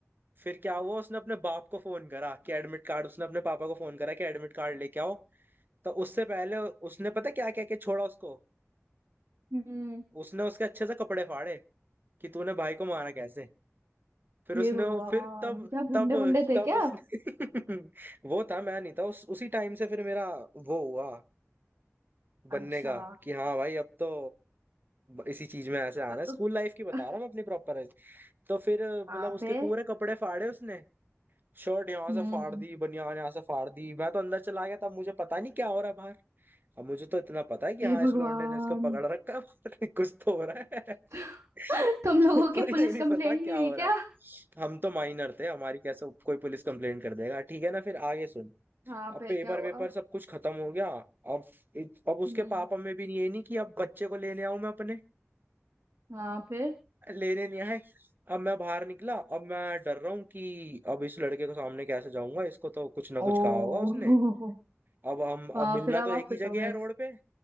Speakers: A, on the right (about 40°); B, on the right (about 75°).
A: फिर क्या हुआ उसने अपने बाप को फोन करा कि एडमिट कार्ड उसने अपने पापा को फोन करा कि एडमिट कार्ड लेके आओ तो उससे पहले उसने पता क्या क्या क्या छोड़ा उसको
B: हम्म
A: उसने उसके अच्छे से कपड़े फाड़े कि तूने भाई को मारा कैसे फिर
B: हे
A: उसने
B: भगवान
A: वो- फिर तब
B: क्या
A: तब
B: गुंडे गुंडे थे
A: तब
B: क्या
A: उसने <laughs> वो था मैं नहीं था उस उसी टाइम से फिर मेरा वो हुआ बनने
B: अच्छा
A: का कि हाँ भाई अब तो इसी चीज में ऐसे आना
B: अब
A: है स्कूल
B: तो
A: लाइफ की बता
B: <laughs>
A: रहा हूँ मैं अपनी प्रॉपर तो फिर मतलब
B: हाँ
A: उसके
B: फिर
A: पूरे कपड़े फाड़े उसने शर्ट यहाँ
B: हम्म
A: से फाड़ दी बनियान यहाँ से फाड़ दी मैं तो अंदर चला गया तब मुझे पता नहीं क्या हो रहा है बाहर अब मुझे तो इतना पता है कि
B: हे
A: हाँ
B: भगवान
A: इस लौंडे ने इसको पकड़ रखा है बाहर कुछ तो हो रहा है
B: <laughs>
A: <laughs>
B: तुम लोगों
A: पर
B: की पुलिस
A: ये नहीं
B: कंप्लेंट
A: पता क्या
B: नहीं हुई
A: हो रहा
B: क्या
A: है हम तो माइनर थे हमारी कैसे कोई पुलिस कंप्लेंट कर देगा ठीक है ना फिर आगे सुन
B: हाँ
A: अब
B: फिर
A: पेपर
B: क्या हुआ
A: वेपर सब कुछ खत्म हो गया अब अब
B: हम्म
A: उसके पापा में भी ये नहीं कि अब बच्चे को लेने आऊं मैं अपने
B: हाँ फिर
A: लेने नहीं आए अब मैं बाहर निकला अब मैं डर रहा हूँ कि अब इस लड़के के सामने कैसे जाऊंगा इसको तो कुछ ना कुछ
B: ओ
A: कहा होगा उसने
B: <laughs>
A: अब हम
B: हाँ
A: अब मिलना
B: फिर अब
A: तो
B: आप
A: एक
B: फिट
A: ही जगह
B: हो गए
A: है रोड पे